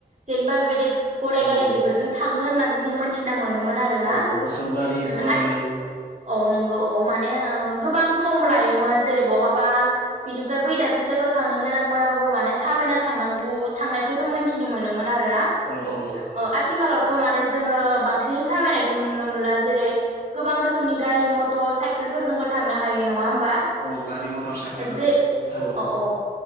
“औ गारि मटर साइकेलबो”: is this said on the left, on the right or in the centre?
Left